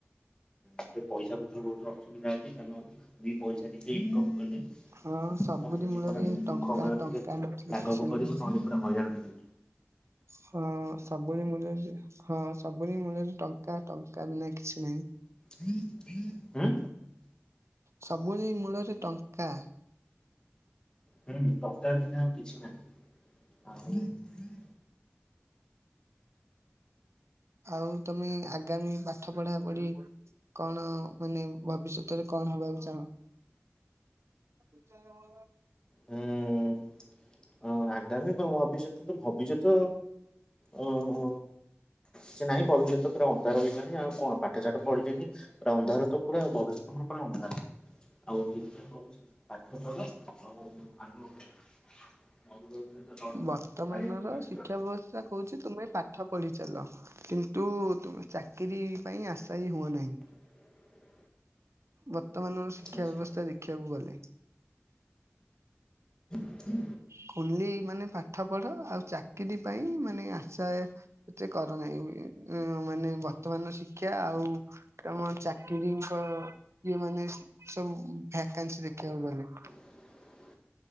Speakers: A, on the left; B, on the right.
A: ସେ ପଇସା ପତ୍ର ବହୁତ ଅସୁବିଧା ଅଛି କାରଣ ଦି ପଇସା ଟିକେ ଇନକମ୍ କଲେ
B: ହଁ ସବୁରି
A: ମଣିଷ
B: ମୂଳରେ
A: ଜୀବନ ଟିକେ
B: ଟଙ୍କା
A: ସୁଖମୟ
B: ଟଙ୍କା
A: ଟିକେ
B: ନଥିଲେ
A: ଲାଘବ
B: କିଛି ନାହିଁ।
A: କରିବ ନହେଲେ ପୁରା ହଇରାଣ ହେଇ
B: ହଁ ସବୁରି ମୁଳ ରେ ହଁ ସବୁରି ମୁଳ ରେ ଟଙ୍କା ଟଙ୍କା ନାଈ କିଛି ନାଇଁ
A: ହୁଁ
B: ସବୁରି ମୂଳରେ ଟଙ୍କା
A: ହୁଁ ଟଙ୍କା ବିନା ଆଉ କିଛି ନାହିଁ ଆଉ
B: ଆଉ ତମେ ଆଗାମୀ ପାଠ ପଢା ପଢି କଣ ମାନେ ଭବିଷ୍ୟତରେ କଣ ହବାକୁ ଚାହଁ? ଏଚାର
A: ହୁଁ ହଁ ଆଗାମୀ କ ଭବିଷ୍ୟତ ଭବିଷ୍ୟତ ଅଁ-ଅଁ ସେ ନାହିଁ ଭବିଷ୍ୟତ ପୁରା ଅନ୍ଧାର ହେଇାଣି ଆଉ କଣ ପାଠ ସାଠ ପଢିଲେଣି ପୁରା ଅନ୍ଧାର ତ ପୁରା ଆଉ ଭବିଷ୍ୟତ ଅନ୍ଧାର ଆଉ ସେଇଥିପାଇଁ କହୁଛି ପାଠ ଆଉ <unintelligible> <unintelligible>
B: ବର୍ତ୍ତମାନର
A: କାଳିଆ ଘୋଡାରେ
B: ଶିକ୍ଷା
A: ଚଢ
B: ବ୍ୟବସ୍ଥା କହୁଛି ତୁମେ ପାଠ ପଢିଚାଲ କିନ୍ତୁ ତମେ ଚାକିରି ପାଇଁ ଆଶାୟ ହୁଅ ନାହିଁ।
A: ହ
B: ବର୍ତ୍ତମାନର ଶିକ୍ଷା
A: ଆଚ୍ଛା
B: ବ୍ୟବସ୍ଥା ଦେଖିବାକୁ ଗଲେ
A: ହୁଁ
B: କୁଲି ମାନେ ପାଠ ପଢ ଆଉ ଚାକିରି ପାଇଁ ମାନେ ଆଶା ଏତେ କରନାହିଁ ବୋଲି ମାନେ ବର୍ତ୍ତମାନର ଶିକ୍ଷା ଆଉ ଆମ ଚାକିରିଙ୍କ ଇଏ ମାନେ ସବୁ ଭ୍ୟାକେନ୍ସି ଦେଖିବାକୁ ଗଲେ
A: <inaudible>